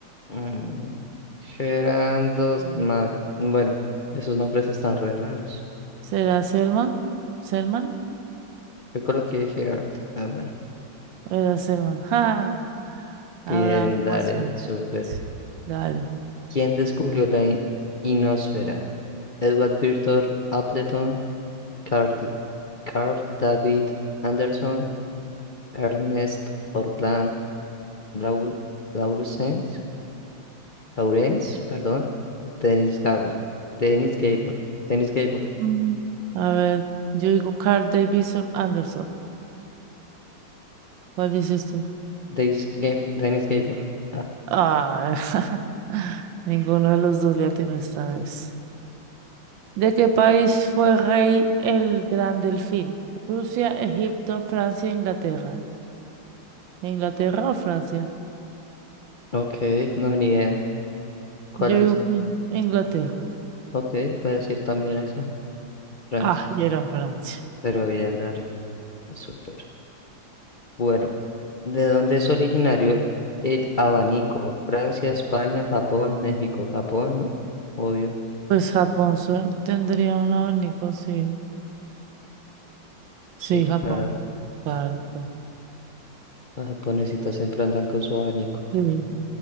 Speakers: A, on the left (about 65°); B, on the right (about 75°).
A: Mm, Gerard dos
B: Mm.
A: Mac, bueno, esos nombres están re raros.
B: ¿Será Selma? ¿Selman?
A: Yo coloqué Gerard, ah, bueno,
B: Era Selman. <laughs> Ja.
A: bien,
B: Abraham
A: dale,
B: Washman.
A: súper.
B: Dale.
A: ¿Quién descubrió la i- inosfera? Edward Victor Appleton, Carl, Carl David Anderson, Ernest Orland Laur, Laurens, Laurens, perdón, Dennis Gabor, Dennis Gabor, Dennis Gabor,
B: Mm. A ver, yo digo Carl Davidson Anderson. ¿Cuál dices tú?
A: Dennis, Ga- Dennis Gabor. Ah,
B: Ah, <laughs> ninguno de los dos le atinó esta vez. ¿De qué país fue rey el Gran Delfín? Rusia, Egipto, Francia, Inglaterra. ¿Inglaterra o Francia?
A: ok, no, ni idea. ¿Cuál
B: Yo
A: dice?
B: digo que Inglaterra.
A: Ok, voy a decir también esa, Francia,
B: Ah, y era Francia.
A: pero bien, dale, súper. Bueno, ¿de dónde es originario el abanico? Francia, España, Japón, México, Japón, ¿no? Obvio.
B: Pues Japón su- tendría un abanico, sí. Sí,
A: Sí,
B: Japón.
A: claro.
B: Claro, claro.
A: Las japonesitas siempre andan con su abanico.
B: Sí.